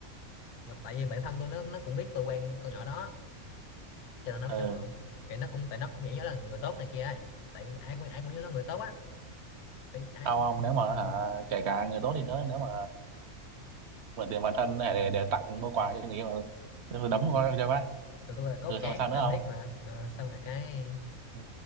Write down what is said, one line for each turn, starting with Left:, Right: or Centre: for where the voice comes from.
Left: mà tại vì bạn thân tôi nó nó cũng biết tôi quen con nhỏ đó cho nên nó mới
Right: ừ
Left: cho mượn cái nó cũng tại nó cũng nghĩ nó là người tốt này kia ấy tại ai cũng ai cũng nhớ nó người tốt á tại ai
Right: không
Left: cũng
Right: ông nếu mà
Left: ừ.
Right: hả kể cả người tốt đi nữa nếu mà mượn tiền bạn thân để, để, để tặng mua quà cho người yêu ừ, thế tôi đấm con cho bác
Left: tụi tôi là cốt
Right: ừ
Left: cán
Right: xong rồi sao nữa
Left: thân
Right: không
Left: thiết mà Ờ, xong rồi cái
Right: Ừ,